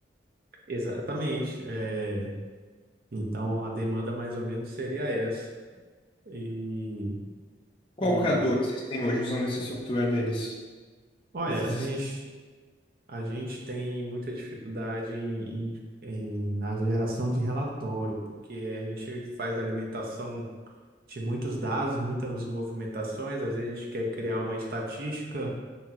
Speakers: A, on the right; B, on the left.
A: Exatamente. É, Então, a demanda mais ou menos seria essa. E,
B: Qual
A: e
B: que é a dor que vocês têm hoje usando esse software deles?
A: olha,
B: Esse sis-
A: a gente, a gente tem muita dificuldade em, em- em- na geração de relatório, porque a gente faz alimentação de muitos dados, muitas movimentações, às vezes a gente quer criar uma estatística